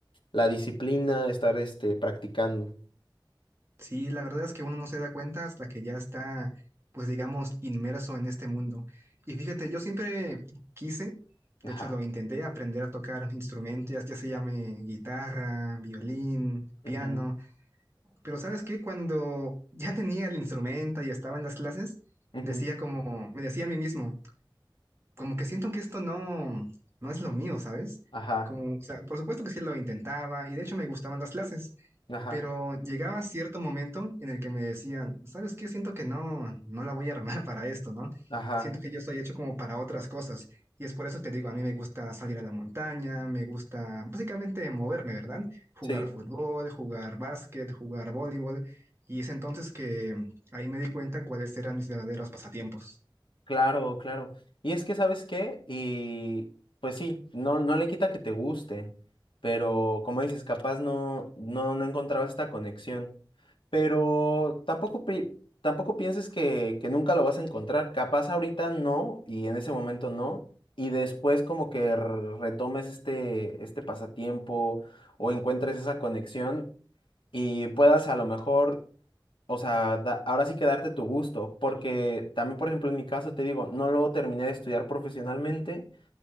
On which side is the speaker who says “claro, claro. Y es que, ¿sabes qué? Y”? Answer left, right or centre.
Left